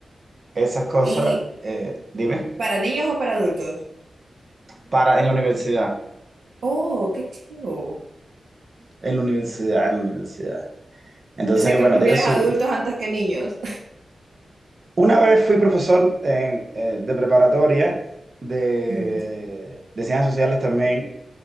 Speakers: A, on the right; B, on the right.
A: esas cosas,
B: ¿Y
A: eh, dime,
B: para niños o para adultos?
A: para en la universidad,
B: oh, qué chivo.
A: en la universidad, en la universidad. Entonces,
B: O sea, que
A: bueno,
B: prefieres
A: tiene su...
B: adultos antes que niños.
A: Una vez fui profesor en, eh, de preparatoria de,
B: Ujú,
A: de ciencias sociales también